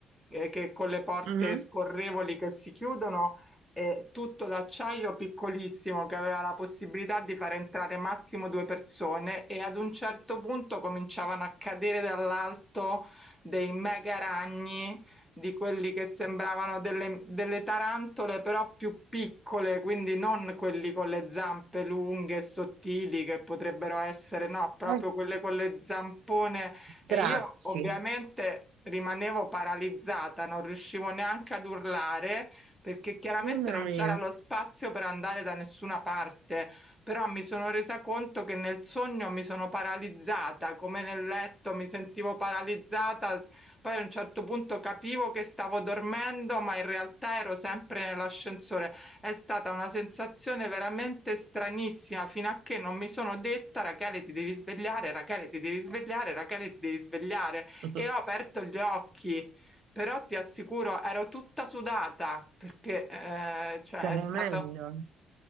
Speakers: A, in the centre; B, on the right.
A: eh, che con le porte
B: mhm.
A: scorrevoli che si chiudono eh, tutto d'acciaio piccolissimo che aveva la possibilità di far entrare massimo due persone e ad un certo punto cominciavano a cadere dall'alto dei mega ragni di quelli che sembravano delle, delle tarantole però più piccole, quindi non quelli con le zampe lunghe e sottili che potrebbero essere, no, proprio
B: Ai,
A: quelle con le zampone e
B: grassi,
A: io ovviamente rimanevo paralizzata, non riuscivo neanche ad urlare perché chiaramente
B: mamma
A: non
B: mia,
A: c'era lo spazio per andare da nessuna parte, però mi sono resa conto che nel sogno mi sono paralizzata, come nel letto mi sentivo paralizzata, poi a un certo punto capivo che stavo dormendo, ma in realtà ero sempre nell'ascensore. È stata una sensazione veramente stranissima, fino a che non mi sono detta, Rachele, ti devi svegliare, Rachele, ti devi svegliare, Rachele, ti devi svegliare.
B: <laughs>
A: E ho aperto gli occhi però ti assicuro, ero tutta sudata perché eh, cioè,
B: tremendo.
A: è stato.